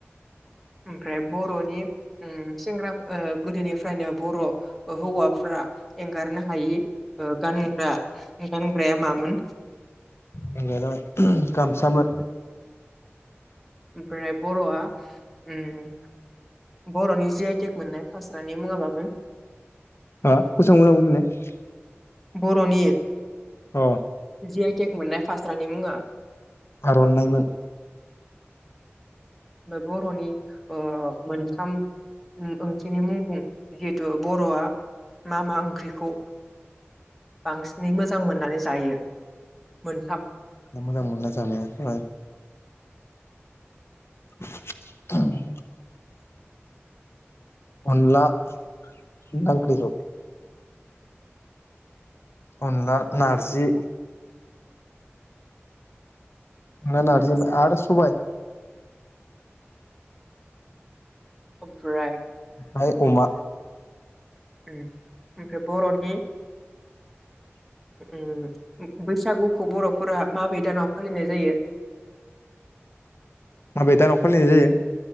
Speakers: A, in the centre; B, on the left.
A: ओमफ्राय बर'नि ओम सेंग्रा ओ गोदोनिफ्रायनो बर' ओ हौवाफोरा एंगारनो हायि ओ गानग्रा गानग्राया मामोन?
B: मानगोनां गामसामो।
A: ओमफ्राहाय बर'आ ओम बर'नि जिआइटेक मोननाय फास्रानि मुङा मामोन?
B: अ कुयसनखौ मोजां बुंफिनलाय।
A: बर'नि
B: अ
A: जि आइ टेक मोननाय फास्रानि मुङा।
B: आरननायमोन।
A: बर'नि ओ मोनथाम ओम ओंख्रिनि मुं बुं जिहेथु बर'आ मा मा ओंख्रिखौ बांसिनै मोजां मोननानै जायो। मोनथाम
B: मोजां मोननाय जानाया जाबाय <unintelligible> अनला <unintelligible> अनला, नारजि आरो नारजि आरो सबाय।
A: ओमफ्राय
B: ओमफ्राय अमा।
A: उम ओमफ्राय बर'नि
B: <inaudible>
A: उम बैसागुखौ बर'फोरा माबे दानाव फालिनाय जायो?
B: माबे दानाव फालिनाय जायो?